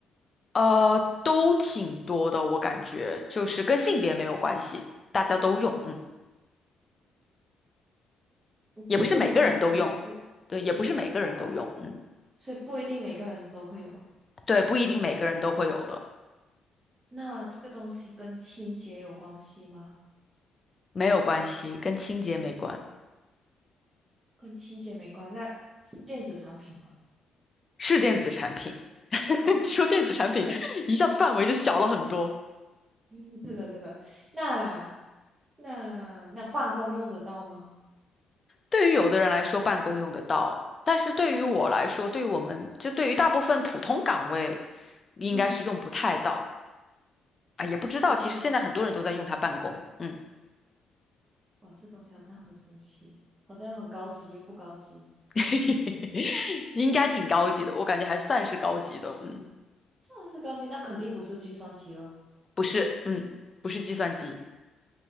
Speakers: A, on the left (about 30°); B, on the right (about 25°).
A: 呃，都挺多的，我感觉就是跟性别没有关系，大家都用，嗯，也不是每个人都用，
B: 这个东西是
A: 对，也不是每个人都用，
B: 哦，
A: 嗯，
B: 所以不一定每个人都会有。
A: 对，不一定每个人都会有的，
B: 那这个东西跟清洁有关系吗？
A: 没有关系，跟清洁没关，
B: 跟清洁没关，那是电子产品吗？
A: 是电子产品。<laughs>
B: 哦哦，OK，
A: 说电子产品，一下子范围就小了很多。
B: 嗯，真的真的。那那那办公用得到吗？
A: 对于有的人来说，办公用得到，但是对于我来说，对于我们就对于大部分普通岗位，应该是用不太到
B: 嗯，
A: 啊，也不知道，
B: 不，
A: 其实现在很多人都在用它办公，嗯。
B: 哇，这东西好像很神奇，好像又很高级又不高级。
A: <laughs> 应该挺高级的，我感觉还算是高级的，嗯，
B: 算是高级，那肯定不是计算机了。
A: 不是，嗯，不是计算机，